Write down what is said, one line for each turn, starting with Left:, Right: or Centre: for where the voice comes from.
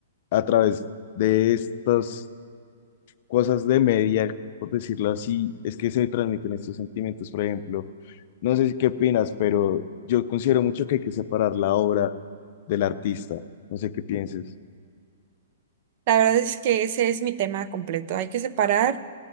Left: a través de estos cosas de media, por decirlo así, es que se transmiten estos sentimientos. Por ejemplo, no sé si qué opinas, pero yo considero mucho que hay que separar la obra del artista. No sé qué pienses.
Right: La verdad es que ese es mi tema completo. Hay que separar.